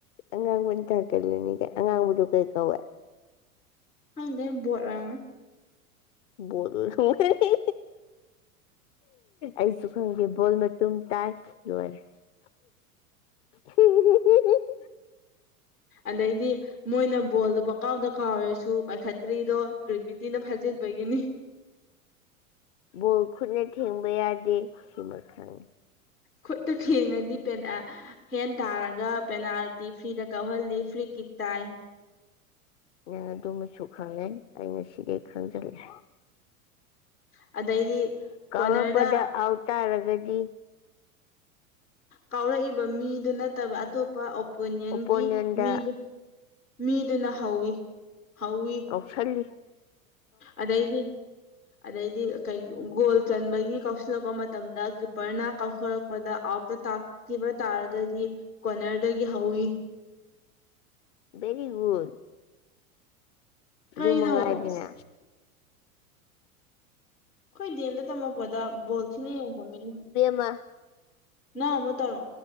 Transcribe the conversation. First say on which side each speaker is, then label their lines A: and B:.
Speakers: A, on the left; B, on the left.
A: ꯑꯉꯥꯡꯕꯅ ꯊꯥꯡꯒꯠꯂꯅꯤ ꯀꯥꯏ ꯑꯉꯥꯡꯕꯗꯨ ꯀꯩ ꯀꯧꯋꯤ
B: ꯈꯪꯗꯦ ꯕꯣꯠ ꯑꯣꯏꯔꯝꯒꯅꯤ
A: ꯕꯣꯠ ꯑꯣꯏꯔꯝꯒꯅꯤ ꯑꯩꯁꯨ ꯈꯪꯗꯦ ꯕꯣꯜ ꯃꯇꯨꯝ ꯇꯥꯏ ꯂꯣꯏꯔꯦ <inaudible>
B: ꯑꯗꯩꯗꯤ ꯃꯣꯏꯅ ꯕꯣꯜꯗꯣ ꯀꯥꯎꯗ ꯀꯥꯎꯔꯁꯨ ꯄꯥꯏꯈꯠꯇ꯭ꯔꯤꯗꯣ ꯒꯦꯚ꯭ꯔꯤꯇꯤꯅ ꯐꯥꯖꯤꯟꯕꯒꯤꯅꯤ
A: ꯕꯣꯜ ꯈꯨꯠꯅ ꯊꯦꯡꯕ ꯌꯥꯗꯤ ꯁꯤꯃ ꯈꯪꯉꯤ
B: ꯈꯨꯠꯇ ꯊꯦꯡꯉꯗꯤ ꯄꯦꯟꯑ ꯍꯦꯟ ꯇꯥꯔꯒ ꯄꯦꯅꯥꯜꯇꯤ ꯐ꯭ꯔꯤꯗ ꯀꯧꯍꯜꯂꯤ ꯐ꯭ꯔꯤ ꯀꯤꯛ ꯇꯥꯏ
A: ꯅꯪ ꯑꯗꯨꯃꯁꯨ ꯈꯪꯉꯦ ꯑꯩ ꯉꯁꯤꯗꯩ ꯈꯪꯖꯜꯂꯦ
B: ꯑꯗꯩꯗꯤ
A: ꯀꯥꯎꯔꯛꯄꯗ
B: ꯀꯣꯅꯔꯗ
A: ꯑꯥꯎ ꯇꯥꯔꯒꯗꯤ
B: ꯀꯥꯎꯔꯛꯏꯕ ꯃꯤꯗꯨ ꯅꯠꯇꯕ ꯑꯇꯣꯞꯄ ꯄꯨꯅꯤꯌꯟꯒꯤ
A: ꯑꯣꯄꯣꯅꯦꯟꯗ
B: ꯃꯤꯗꯨ ꯃꯤꯗꯨꯅ ꯍꯧꯋꯤ ꯍꯧꯋꯤ
A: ꯍꯜꯂꯤ
B: ꯑꯗꯩꯗꯤ ꯑꯗꯩꯗꯤ ꯀ ꯒꯣꯜ ꯆꯟꯕꯒꯤ ꯀꯥꯎꯁꯤꯜꯂꯛꯄ ꯃꯇꯝꯗ ꯀꯤꯞꯄꯔꯅ ꯀꯥꯎꯛꯄ ꯃꯗ ꯑꯥꯎꯠꯇ ꯇꯥꯛꯈꯤꯕ ꯇꯥꯔꯒꯗꯤ ꯀꯣꯔꯅꯔꯗꯒꯤ ꯍꯧꯋꯤ
A: ꯕꯦꯔꯤꯒꯟ
B: ꯀꯩꯅꯣ
A: ꯨꯃꯒ ꯍꯥꯏꯒꯅꯦ
B: ꯑꯩꯈꯣꯏ ꯑꯩꯈꯣꯏ ꯗꯗꯤꯦꯝꯗ ꯇꯝꯃꯛꯄꯗ ꯕꯣꯜ ꯊꯅ ꯌꯦꯡꯉꯝꯃꯤꯅ
A: ꯃ
B: ꯅ ꯃ ꯇꯔ